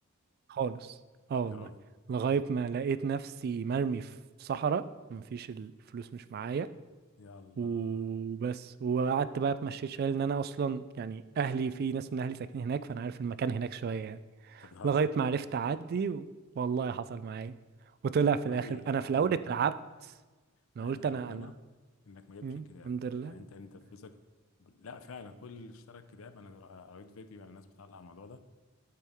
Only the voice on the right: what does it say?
خالص اه والله
لغاية ما لقيت نفسي مرمي في صحراء مفيش الفلوس مش معايا
وبس وقعدت بقى اتمشيت شويه لان انا اصلا يعني اهلي في ناس من اهلي ساكنين هناك فانا عارف المكان هناك شويه يعني
لغايه ما عرفت اعدي و... والله حصل معايا وطلع في
الاخر انا في
الاول
اترعبت انا
قلت انا
انا
مم،
الحمد لله